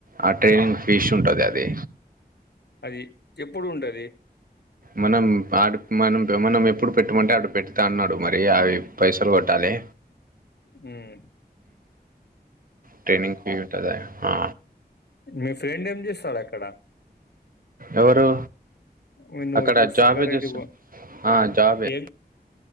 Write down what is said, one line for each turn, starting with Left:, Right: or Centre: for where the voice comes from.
Right: ఆ ట్రైనింగ్ <unintelligible> ఉంటుంది అది
Left: అది ఎప్పుడు ఉంటది
Right: మనం ఆడు మనం మనం ఎప్పుడు పెట్టమంటే అడు పెడతా అన్నాడు మరి అవి పైసలు కొట్టాలి
Left: మ్మ్
Right: ట్రేనింగ్ <unintelligible> ఆ
Left: మీ ఫ్రెండ్ ఏం చేస్తాడు అక్కడ
Right: ఎవరు
Left: <unintelligible>
Right: అక్కడ
Left: ఇప్పుడు
Right: జాబే
Left: సంగారెడ్డి
Right: చేస్తారు ఆ జాబే
Left: ఏం